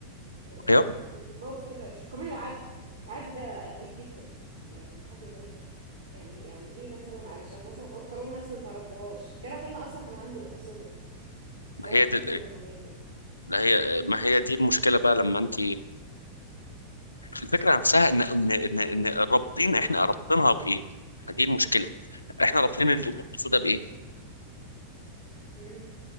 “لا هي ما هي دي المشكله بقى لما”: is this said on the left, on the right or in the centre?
Left